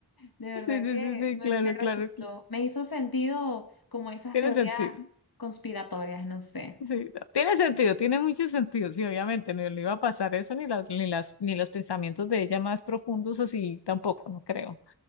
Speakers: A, on the left (about 60°); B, on the left (about 80°).
A: De verdad
B: Sí, sí,
A: que
B: sí, sí,
A: me,
B: claro,
A: me resultó,
B: claro, claro.
A: me hizo sentido como esas
B: Tiene
A: teorías
B: sentido.
A: conspiratorias, no sé.
B: Sí, no, tiene sentido, tiene mucho sentido, sí, obviamente, ni le iba a pasar eso, ni las, ni las, ni los pensamientos de ella más profundos, así tampoco, no creo,